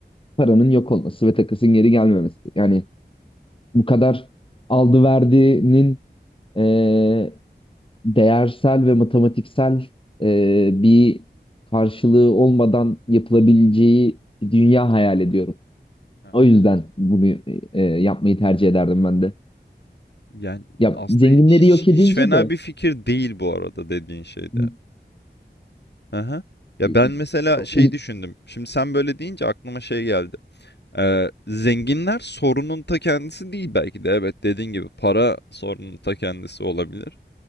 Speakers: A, on the left; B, on the left.
A: Paranın yok olması ve takasın geri gelmemesi. Yani bu kadar aldı verdinin e, değersel ve matematiksel e, bir karşılığı olmadan yapılabileceği bir dünya hayal ediyorum.
B: Ha.
A: O yüzden bunu e, yapmayı tercih ederdim ben de.
B: Yani
A: Ya
B: aslında
A: zenginleri
B: hiç
A: yok
B: hiç
A: edince
B: fena
A: de
B: bir fikir değil bu arada dediğin şeyde.
A: Hı.
B: Aha. Ya
A: i-
B: ben mesela
A: o
B: şey
A: iyi-
B: düşündüm. Şimdi sen böyle deyince aklıma şey geldi. Ee, zenginler sorunun ta kendisi değil belki de. Evet dediğin gibi para sorunun ta kendisi olabilir.